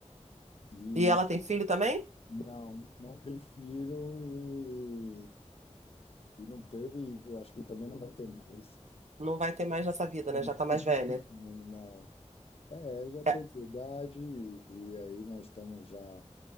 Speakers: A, on the left (about 55°); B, on the right (about 70°).
A: E
B: E ela tem filho também?
A: não, não tem filho e, e não teve, eu acho que também não vai ter mais.
B: Não vai ter mais nessa vida, né? Já tá
A: <laughs>
B: mais velha.
A: Não, não. É, já tem
B: É.
A: idade e, e aí nós estamos já